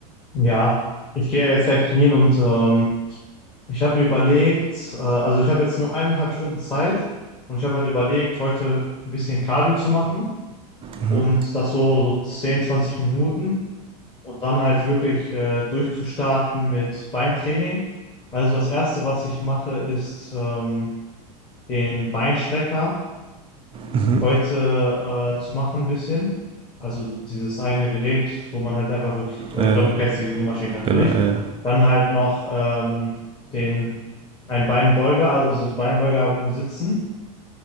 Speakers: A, on the left; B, on the right.
A: Ja, ich gehe jetzt gleich trainieren und ähm, ich habe mir überlegt, äh, also ich habe jetzt nur eineinhalb Stunden Zeit und ich habe halt überlegt, heute ein bisschen Cardio zu machen und
B: Mhm,
A: das so, so 10, 20 Minuten und dann halt wirklich äh, durchzustarten mit Beintraining. Also das Erste, was ich mache, ist ähm, den Beinstrecker.
B: mhm,
A: heute äh, zu machen, ein bisschen. Also dieses eine Gerät, wo man halt einfach wirklich, äh,
B: äh,
A: ich glaube, du kennst die Maschine natürlich.
B: genau, äh,
A: Dann halt noch ähm, den, ein Beinbeuger, also so Beinbeuger im Sitzen,